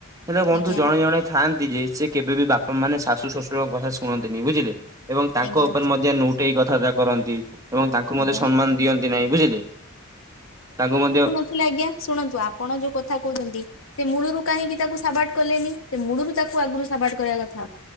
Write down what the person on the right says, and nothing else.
ହେଲେ ବନ୍ଧୁ
ଜଣେ ଜଣେ ଥାଆନ୍ତି ଯେ ସେ କେବେ ବିି ବାପା ମାନେ ଶାଶୁ ଶଶୁରଙ୍କ କଥା ଶୁଣନ୍ତିନି ବୁଝିଲେ। ଏବଂ ତାଙ୍କ
ଉପରେ ମଧ୍ୟ ନଉଟେଇକି କଥାବାର୍ତ୍ତା କରନ୍ତି। ଏବଂ ତାଙ୍କୁ ମଧ୍ୟ
ସମ୍ମାନ ଦିଅନ୍ତି ନାହିଁ ବୁଝିଲେ ତାଙ୍କୁ ମଧ୍ୟ